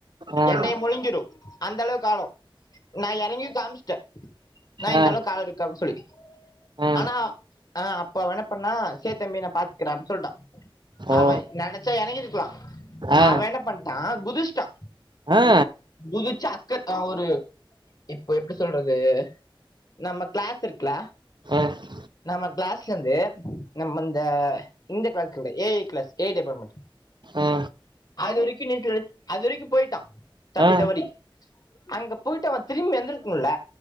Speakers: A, on the right (about 55°); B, on the left (about 45°).
A: ஆ
B: என்னைய முழுங்கீரு அந்த அளவுக்கு ஆழோ நா எறங்கியு காமிச்ட்டே ண்ணா இந்த
A: ஆ
B: அளவுக்கு ஆழ இருக்கு அப் சொல்லி
A: ஆ
B: ஆனா அ அப்ப அவ என்ன பண்ணா சேர் தம்பி நா பாத்க்றே அப் சொல்ட்டா அவ
A: ஓ
B: நெனச்சா எறங்கிருக்லா
A: ஆ
B: அவ என்ன பண்ட்டா குதிச்ட்டா
A: ஆ ஆ
B: குதிச்சு அக்க அ ஒரு இப்போ எப்டி சொல்றது நம்ம கிளாஸ் இருக்குல
A: ஆ
B: நம்ம கிளாஸ்லந்து நம்ம இந்த இந்த கிளாஸ்க்ல A I class A I department
A: ஆ
B: அது வரிக்கு நீச்சல் அடி அது வரைக்கு போயிட்டா தத்தி
A: ஆ
B: தவறி அங்க போயிட்டு அவ திரும்பி எந்திரிக் முல்ல